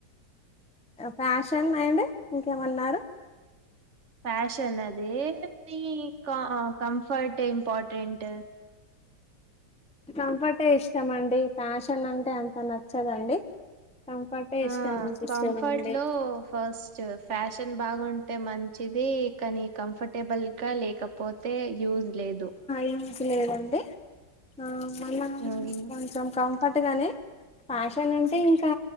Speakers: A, in the centre; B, on the right.
A: ఫ్యాషన్ అండి ఇంకేమన్నారు
B: ఫ్యాషన్ అది న కంఫర్ట్ ఇంపార్టెంట్
A: కంఫర్టే ఇష్టమ అండి ఫ్యాషన్ అంటే అంత నచ్చదండి కంఫర్ట్ టె ఇష్టం
B: ఆ
A: అనిపిస్తదండి
B: కంఫర్ట్ లో ఫస్ట్ ఫ్యాషన్ బాగుంటే మం వచ్చిది కానీ కంఫర్టబుల్ గా లేకపోతే యూజ్ లేదు
A: ఏమ లేదండి ఆ మన
B: అవును
A: కొంచెం కంఫర్ట్గానే ఫ్యాషన్ అంటే ఇంకా